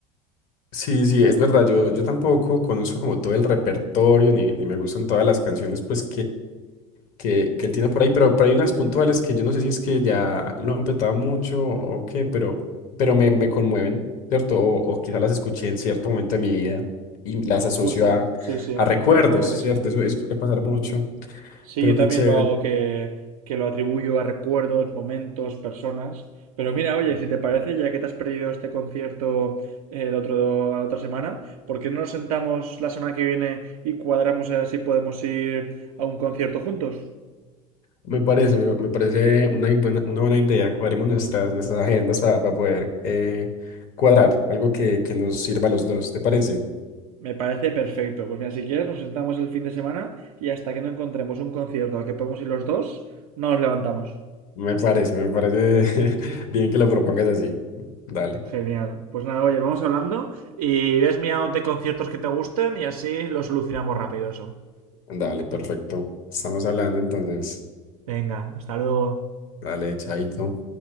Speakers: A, on the left; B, on the right.
A: Sí, sí, es verdad, yo, yo tampoco conozco como todo el repertorio, ni, ni me gustan todas las canciones pues que, que él tiene por ahí, pero, pero hay unas puntuales que yo no sé si es que ya lo han petado mucho o qué, pero, pero me, me conmueven, ¿cierto? O, o quizá las escuché en cierto momento de mi vida y las asocio
B: Justo,
A: a,
B: sí, sí,
A: a recuerdos,
B: la verdad
A: ¿cierto?
B: que sí.
A: Eso, eso suele pasar mucho,
B: Sí,
A: pero
B: yo
A: qué
B: también
A: chévere.
B: lo hago que, que lo atribuyo a recuerdos, momentos, personas. Pero mira, oye,
A: Ujú.
B: si te parece, ya que te has perdido este concierto eh, el otro, la otra semana, ¿por qué no nos sentamos la semana que viene y cuadramos a ver si podemos ir a un concierto juntos?
A: Me parece, me, me parece una i- buena, una buena idea. Cuadremos nuestras, nuestras agendas para poder eh, cuadrar algo que, que nos sirva a los dos, ¿te parece?
B: Me parece perfecto. Pues mira, si quieres, nos sentamos el fin de semana y hasta que no encontremos un concierto al que podamos ir los dos, no nos levantamos.
A: Me parece, me parece <laughs> bien que lo propongas así. Dale.
B: Genial. Pues nada, oye, vamos hablando y ves mirándote conciertos que te gusten y así lo solucionamos rápido eso.
A: Dale, perfecto. Estamos hablando entonces.
B: Venga, hasta luego.
A: Dale, chaito.